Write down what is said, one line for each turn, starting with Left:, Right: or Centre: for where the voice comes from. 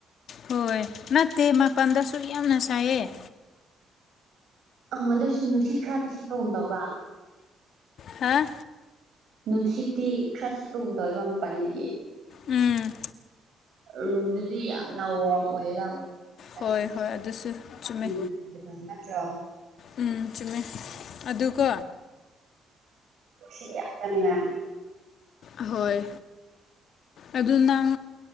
Left: ꯍꯣꯏ ꯅꯠꯇꯦ ꯃꯄꯥꯟꯗꯁꯨ ꯌꯥꯝꯅ ꯁꯥꯏꯌꯦ꯫
Right: ꯑꯪ ꯑꯗꯨꯑꯣꯏꯁꯨ ꯅꯨꯡꯁꯤꯠ ꯈꯔꯗꯤ ꯁꯤꯠꯄꯒꯨꯝꯗꯧꯕ
Left: ꯍꯥ
Right: ꯅꯨꯡꯁꯤꯠꯇꯤ ꯈꯔ ꯁꯤꯠꯄꯒꯨꯝ ꯇꯧꯋꯦꯕ ꯃꯄꯥꯟꯗꯒꯤ
Left: ꯎꯝ
Right: ꯔꯨꯝꯗꯗꯤ ꯌꯥꯝꯅ ꯋꯥꯔꯝ ꯑꯣꯏꯌꯦꯕ ꯑꯗꯨꯒꯤ ꯗꯪ
Left: ꯍꯣꯏ ꯍꯣꯏ ꯑꯗꯨꯁꯨ ꯆꯨꯝꯃꯦ
Right: ꯑꯩꯅ ꯍꯥꯏꯕꯗꯣ ꯅꯠꯇ꯭ꯔꯣ
Left: ꯎꯝ ꯆꯨꯝꯃꯦ ꯑꯗꯨꯀꯣ
Right: ꯁꯤꯌꯥ ꯀꯅꯤꯕ
Left: ꯑꯍꯣꯏ ꯑꯗꯨ ꯅꯪ